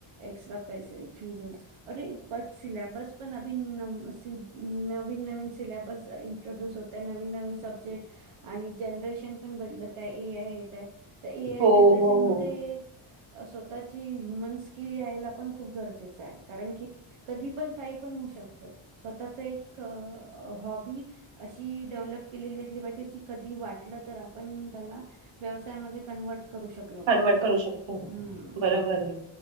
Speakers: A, on the right (about 85°); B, on the right (about 70°).
A: एक्स्ट्रा पैसे फी देऊन अरे पण सिल्याबस पण अ नवीन नवीन सिलेबस इ्रोड्यूस होतय नवीन नवीन सब्जेक्ट आणि जनरेशन पण बदलत आहे ए आय तर ए आय
B: हो
A: जनरेशन
B: हो हो
A: मध्ये स्वतःची ह्युमन स्किल यायला पण खूप गरजेचं आहे कारण की कधी पण काही पण होऊ शकत स्वतःच एक हॉबी अशी डेव्हलोप केलेली असली पाहिजे कधी वाटलं तर आपण त्याला व्यवसायामध्ये कन्वर्ट करू शकलो पाहिजे
B: कन्वर्ट करू शकतो
A: हम्म
B: बरोबर आहे